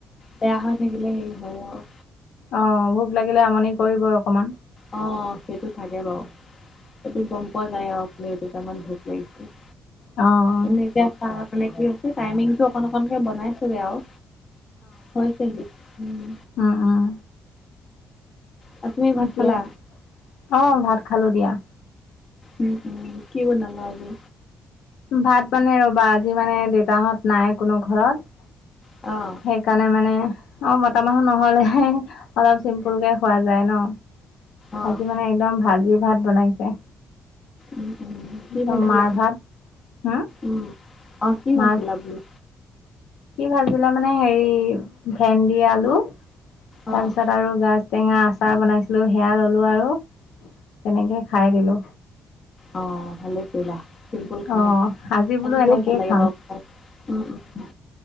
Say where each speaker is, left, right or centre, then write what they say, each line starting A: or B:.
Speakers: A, on the left (about 35°); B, on the left (about 80°).
A: বেয়া হৈ থাকিলে হেৰি হয় আৰু।
B: অ', ভোক লাগিলে আমনি কৰিবই অকমান।
A: অ', সেইটো থাকে বাৰু সেইটো গম পোৱা যায় আৰুপ এইটো টাইমত ভোক লাগিছে।
B: অ'
A: এনে এতিয়া চা মানে কি হৈছে টাইমিংটো অকন অকনকে বনাইছেগে আৰু। হৈ চাগে উম,
B: উম উম,
A: আৰু তুমি
B: ঠিকে
A: ভাত খালা?
B: আছে। অ', ভাত খালো দিয়া।
A: উম উম কি বনালা আজি?
B: ভাত মানে ৰবা আজি মানে দেউতাহঁত নাই কোনো ঘৰত,
A: অ',
B: সেইকাৰণে মানে অ মতা মানুহ নহলে অলপ চিম্পুল কে খোৱা যায় ন।
A: অঁ
B: আজি মানে একদম ভাজি ভাত বনাইছে।
A: উম উম কি
B: একদম
A: ভাজিলা
B: মাৰ ভাত হম
A: উম অ, কি
B: মাৰ
A: ভাজিলা বোলো?
B: কি ভাজিলে মানে হেৰি ভেন্দি, আলু,
A: অঁ
B: তাৰপিছত আৰু গাছ। টেঙা আচাৰ বনাইছিলোঁ সেয়া ল'লোঁ আৰু, তেনেকে খাই দিলোঁ।
A: অ ভালে কৰিলা। চিম্পুল খানা
B: অ আজি বোলো
A: তেনেকেও
B: এনেকেই
A: ভাল লাগে
B: খাম
A: বাৰু খাই, উম! উম!